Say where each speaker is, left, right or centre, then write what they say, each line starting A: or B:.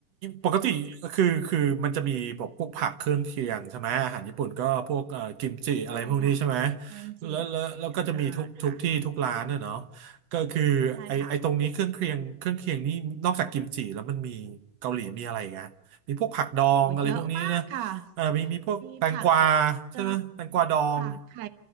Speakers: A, on the right; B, on the right.
A: ปกติคือคือมันจะมีแบบพวกผักเครื่องเคียงใช่ไหมอาหารญี่ปุ่นก็พวกเอ่อกิมจิอะไรพวกนี้ใช่ไหม
B: ใช่ค่ะเทมจิ
A: แล้วแล้วแล้วก็จะมีทุกทุกที่ทุกร้านอะเนาะ
B: อ่าค่ะ
A: ก็คือไอไอตรงนี้เครื่องเคียงเครื่องเคียงนี่นอกจากกิมจิแล้วมันมีเกาหลีมีอะไรอีกอะมีพวกผักดองอะไรพวกนี้นะ
B: ใช่ค่ะโอ้โหเยอะมากค่ะ
A: เอ่ามีมีพวกแตงกวา
B: มีผัก
A: ใช่ไหมแตงกวาดอง
B: ดองค่ะไข่